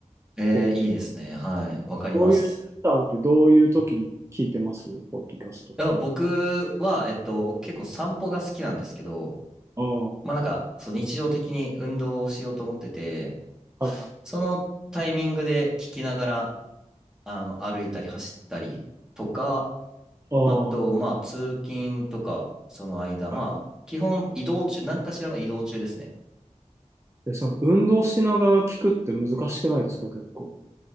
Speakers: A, in the centre; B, on the right.
A: えー、
B: こう、
A: いいですね。はい。わかります。
B: どういう時間ってどういう時に聞いてますポッドキャストって。
A: あ、僕は、えっと、僕結構散歩が好きなんですけど、
B: ああ、は
A: まあなんか、そう日常的に運動をしようと思ってて、
B: いはい。
A: そのタイミングで聞きながら、あの、歩いたり走ったりとか、
B: あ
A: あと、まあ通勤とか、その間、
B: あ、
A: まあ、基本移動中、何かしらの移動中ですね。
B: でその運動しながら聞くって難しくないですか、結構。